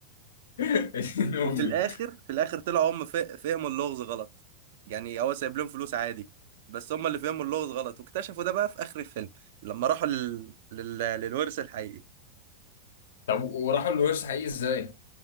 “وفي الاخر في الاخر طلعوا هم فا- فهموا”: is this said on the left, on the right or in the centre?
Right